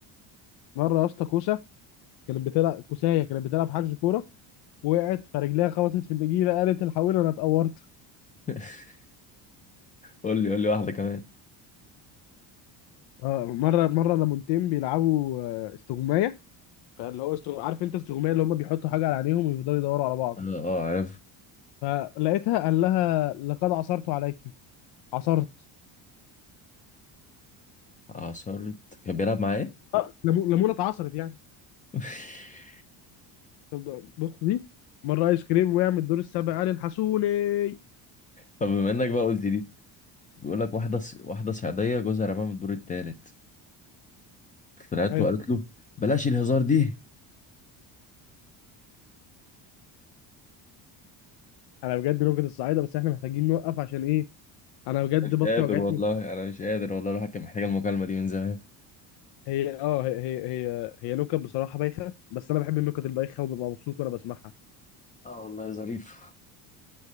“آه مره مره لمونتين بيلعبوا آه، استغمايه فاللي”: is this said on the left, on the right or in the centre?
Left